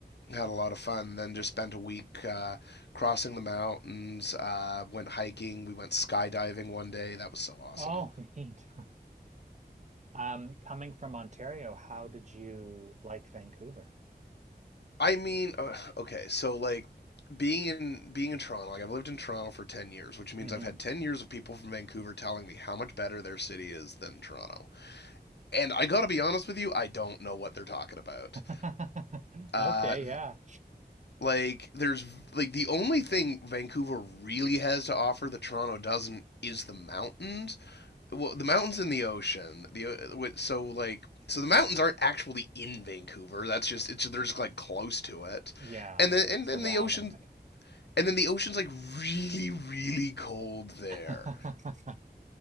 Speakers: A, on the left (about 80°); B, on the right (about 45°).
A: had a lot of fun. Then just spent a week uh, crossing the mountains, uh, went hiking, we went skydiving one day. That was so awesome.
B: Oh, <laughs> neat. Um, coming from Ontario, how did you like Vancouver?
A: I mean, uh, okay, so like being in being in Toronto, like I've lived in Toronto for 10 years, which means
B: hmm
A: I've had 10 years of people from Vancouver telling me how much better their city is than Toronto. And I got to be honest with you, I don't know what they're talking about.
B: <laughs>
A: Uh
B: Okay, yeah.
A: like there's like the only thing Vancouver really has to offer that Toronto doesn't is the mountains, well, the mountains and the ocean. The so like so the mountains aren't actually in Vancouver. That's just it's they're just like close to it,
B: Yeah,
A: and
B: they're
A: then and
B: surrounding
A: then the ocean
B: it.
A: and then the ocean's like really really cold there.
B: <laughs>